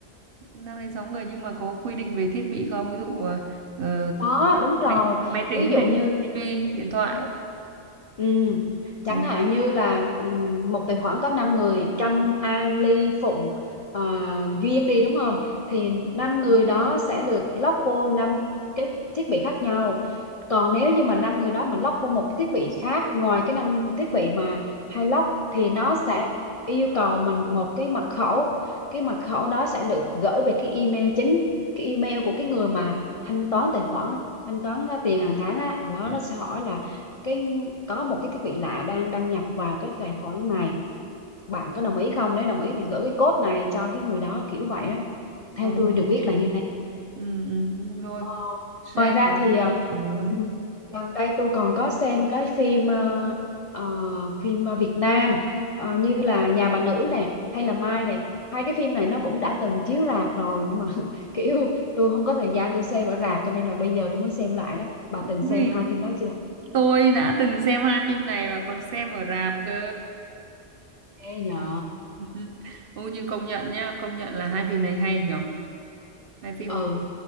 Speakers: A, on the right; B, on the left.
A: năm đến sáu người nhưng mà có quy định về thiết bị không ví dụ ờ, ờ,
B: Có, đúng rồi.
A: máy máy tính
B: Ví dụ
A: này
B: như
A: tivi điện thoại
B: mấy ừ, chẳng
A: ừ.
B: hạn như là ừ, một tài khoản có 5 người, Trâm, An, Ly, Phụng, ờ, Duyên đi đúng không? Thì 5 người đó sẽ được lock vô 5 cái thiết bị khác nhau. Còn nếu như mà năm người đó mà lock vô một cái thiết bị khác ngoài cái 5 thiết bị mà hay lock thì nó sẽ yêu cầu mình một cái mật khẩu. Cái mật khẩu đó sẽ được gửi về cái email chính, cái email của cái người mà thanh toán tài khoản thanh toán uh, tiền hàng tháng á đó
A: Ừ.
B: nó sẽ hỏi là cái có một cái thiết bị lạ đang đăng nhập vào cái tài khoản này bạn có đồng ý không nếu đồng ý thì gửi cái code này cho cái người đó kiểu vậy á theo
A: Ừ.
B: tôi được biết là như
A: Ừ. ừ, Rồi
B: Ờ,
A: xe
B: Ngoài ra
A: thế
B: thì à,
A: rồi
B: ừ, gần đây tôi còn có xem cái phim ờ, ờ, phim ờ, Việt Nam ờ, như là Nhà bà nữ nè hay là Mai nè hai cái phim này nó cũng đã từng chiếu rạp rồi nhưng mà <laughs> kiểu tôi không có thời gian tôi xem ở rạp cho nên là bây giờ tôi mới xem lại đó bà từng
A: Ui,
B: xem hai phim đó chưa
A: Tôi đã từng xem hai phim này và còn xem ở rạp cơ.
B: Ê nhờ
A: <laughs> Ô nhưng công nhận nhá, công nhận là hai phim này hay nhở. Hai phim
B: ừ